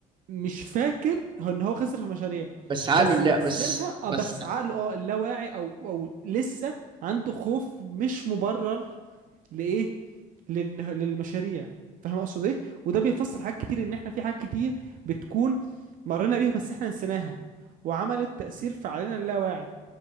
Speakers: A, on the right; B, on the right.
A: مش فاكر هو ان هو خسر في مشاريع
B: بس عقله
A: بس
B: لا
A: تأثيرها
B: بس
A: اه
B: بس
A: بس عقله اه اللاواعي او او لسه عنده خوف مش مبرر لإيه لل- للمشاريع فاهم اقصد ايه وده بيفسر حاجات كتير ان احنا في حاجات كتير بتكون مرينا بيها بس احنا نسيناها وعملت تأثير في علينا اللاواعي